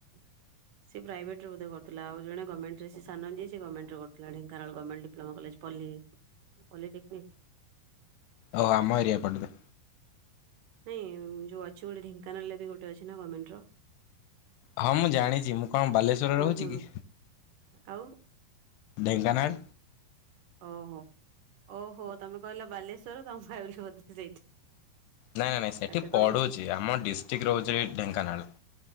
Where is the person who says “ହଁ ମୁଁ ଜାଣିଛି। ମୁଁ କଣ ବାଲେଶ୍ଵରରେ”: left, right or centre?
Left